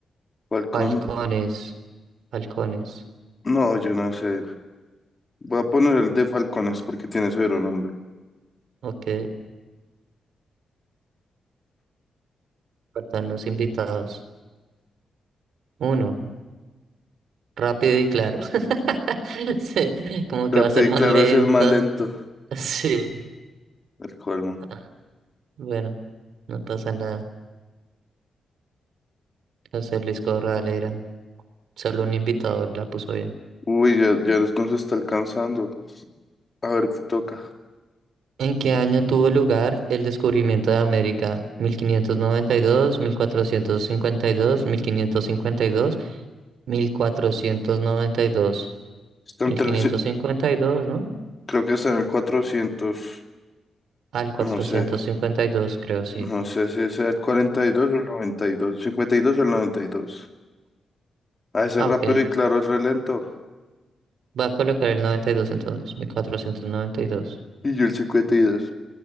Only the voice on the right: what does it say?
Falcones. Falcones.
Ok, faltan los invitados. Uno, rápido y claro. <laughs> Sí, como que
va a ser más
lenta.
<laughs> Sí.
Ah, Bueno, no pasa nada. José Luis Corral era. Solo un invitado la puso bien.
¿En qué año tuvo lugar el descubrimiento de América? ¿1592, 1452, 1552, 1492?
1552,
¿no?
Al 452,
creo, sí.
Ah,
ok.
Voy a colocar el 92 entonces. 1492.